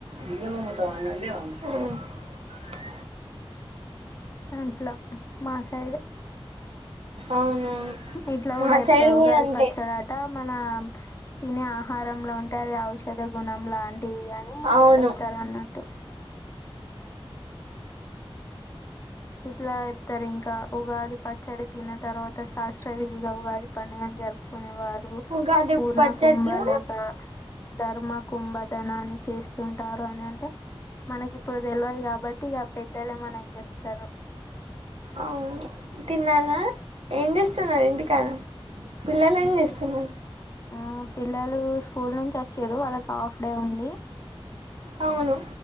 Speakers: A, on the right; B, on the left.
A: బియ్యం అమ్ముతావా <unintelligible>
B: అట్లా మా సైడు.
A: అవునవును.
B: ఇట్లా కూడా
A: మా
B: చెప్తారు
A: సైడ్
B: ఉగాది
A: కూడా అంతే
B: పచ్చడాట మన తినే ఆహారంలో ఉంటే అది ఔషధ గుణం లాంటిది అని
A: అవును
B: చెప్తారు అన్నట్టు ఇట్లా చెప్తారు ఇంకా ఉగాది పచ్చడి తిన్న తర్వాత శాస్త్ర విధిగా ఉగాది పండుగను జరుపుకునే వారు
A: ఉగాది
B: పూర్ణ
A: పచ్చట్లు
B: కుంభ లేక ధర్మ కుంభధనాన్ని చేస్తుంటారు అని అంటే మనకి ఇప్పుడు తెల్వదు కాబట్టి ఇగ పెద్దలే మనకి చెప్తారు.
A: అవు తిన్నారా ఏం చేస్తున్నారు ఇంటికాడ పిల్లలు ఏం చేస్తున్నారు.
B: ఆ పిల్లలు స్కూల్ నుంచి వచ్చీరు. వాళ్ళకి హాఫ్ డే ఉంది.
A: అవును